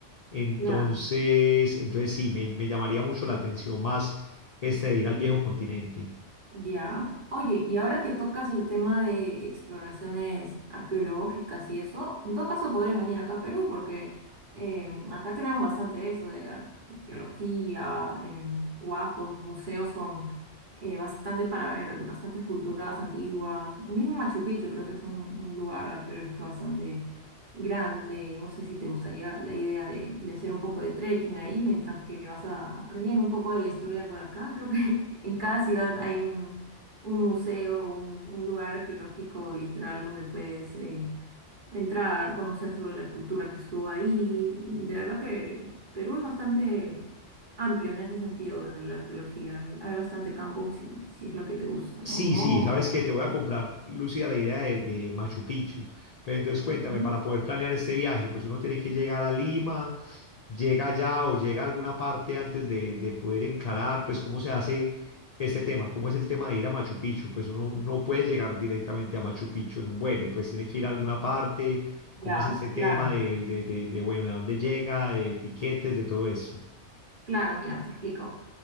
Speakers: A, on the left (about 50°); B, on the right (about 45°).
A: Entonces,
B: claro.
A: entonces sí, me, me llamaría mucho la atención más este de ir al viejo continente.
B: Ya. Oye, y ahora que tocas el tema de exploraciones arqueológicas y eso, en todo caso podrías venir acá a Perú, porque em, acá tenemos bastante de eso, de arqueología, em, huacos, museos con eh, bastante para ver, bastantes culturas antiguas. El mismo Machu Picchu creo que es un, un lugar arqueológico bastante grande. No sé si te gustaría la idea de, de hacer un poco de trekking ahí mientras que vas a, aprendiendo un poco de la historia por acá. Creo que <laughs> En cada ciudad hay un, un museo, un, un lugar arqueológico literal donde puedes eh, entrar, conocer sobre la cultura que estuvo ahí. De verdad que Perú es bastante amplio en ese sentido de la arqueología. Hay bastante campo si, si es lo que te gusta, ¿no?
A: Sí,
B: Monos,
A: sí, sabes que te
B: todo
A: voy a comprar,
B: eso.
A: Lucía, la idea de, de Machu Picchu. Pero entonces cuéntame,
B: Ujú.
A: para poder planear este viaje, pues uno tiene que llegar a Lima, llega allá o llega a alguna parte antes de, de poder encarar, pues cómo se hace este tema, cómo es el tema de ir a Machu Picchu. Pues uno no puede llegar directamente a Machu Picchu en un vuelo, pues tiene que ir a alguna parte, cómo
B: Ya,
A: es este tema
B: claro.
A: de, de, de, de, bueno, de dónde llega, de etiquetes, de todo eso.
B: Claro, mira, te explico.